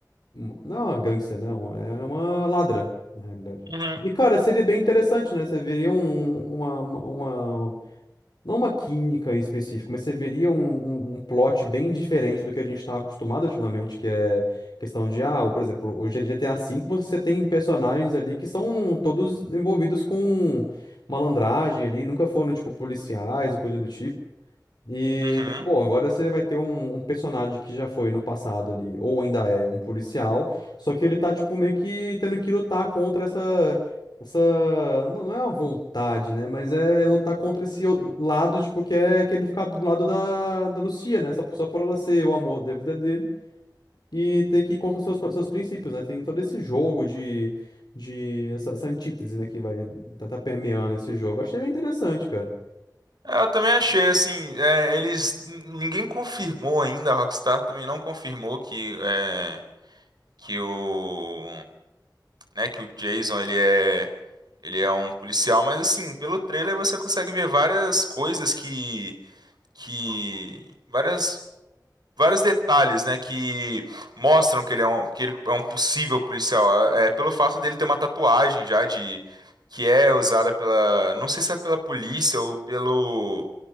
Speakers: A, on the left (about 70°); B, on the right (about 70°).
A: um- Não é uma gangster, não, é uma ladra, na realidade.
B: Uhum.
A: E, cara, seria bem interessante, né? Você viria um, uma, uma, não uma química em específico, mas você veria um, um, um plot bem diferente do que a gente está acostumado ultimamente, que é questão de, ah, o- por exemplo, o G- GTA V você tem personagens ali que são todos envolvidos com malandragem ali, nunca foram, tipo, policiais e coisa do tipo. E,
B: Uhum.
A: pô, agora você vai ter um, um personagem que já foi no passado ali, ou ainda é um policial, só que ele tá, tipo, meio que tendo que lutar contra essa, essa, não não é uma vontade, né, mas é lutar contra esse o- lado, tipo, que é que ele ficar do lado da, da Lucia, né, só, só por ela ser o amor da vida dele e ter que ir contra os seus, seus princípios, né, tem todo esse jogo de, de essa, essa antítese, né, que vai tá, tá permeando esse jogo. Achei interessante, cara.
B: É, Eu também achei assim, é, eles n- ninguém confirmou ainda, a Rockstar também não confirmou que é, que o né, que o Jason ele é ele é um policial, mas assim, pelo trailer você consegue ver várias coisas que que várias vários detalhes, né, que mostram que ele é um, que ele é um possível policial, é pelo fato dele ter uma tatuagem já de que é usada pela, não sei se é pela polícia ou pelo